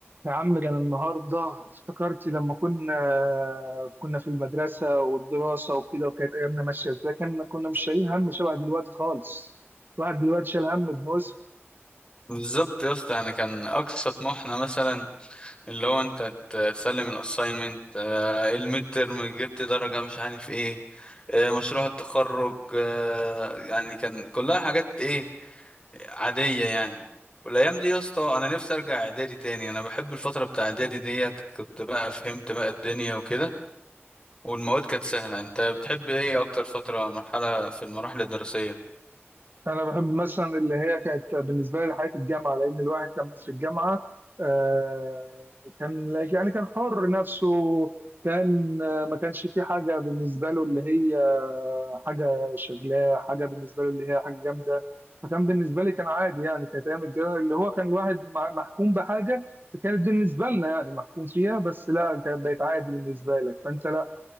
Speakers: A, on the right; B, on the left.
A: يا عم ده أنا النهارده افتكرت لما كنا كنا في المدرسة والدراسة وكده وكانت أيامنا ماشية إزاي كنا كنا مش شايلين هم شبه دلوقتي خالص الواحد دلوقتي شايل هم ابن وسخ
B: بالظبط يا اسطى يعني كان اقصى طموحنا مثلا اللي هو انت ت- تسلم الاساينمنت الميد ترم جبت درجه مش عارف ايه آه، مشروع التخرج آه، يعني كان كلها حاجات ايه عاديه يعني والايام دي يا اسطى انا نفسي ارجع اعدادي تاني انا بحب الفتره بتاع اعدادي ديت كنت بقى فهمت بقى الدنيا وكده والمواد كانت سهله انت بتحب ايه اكتر فتره مرحله في المراحل الدراسيه
A: انا بحب مثلا اللي هي كانت بالنسبه لي حياه الجامعه لان الواحد كان في الجامعه آه، كان يعني كان حر نفسه كان آه، ما كانش في حاجه بالنسبه له اللي هي آه، حاجه شغلاه حاجه بالنسبه له اللي هي حاجه جامده فكان بالنسبه لي كان عادي يعني كانت ايام الجامعه اللي هو كان الواحد مع- محكوم بحاجه كانت بالنسبه لنا يعني محكوم فيها بس لا كانت بقت عادي بالنسبه لك فانت لا